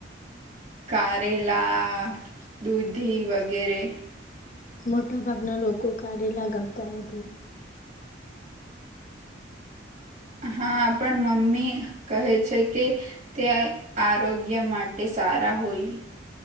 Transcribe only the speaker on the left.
મોટા ભાગના લોકો કારેલા ગમતા નથી.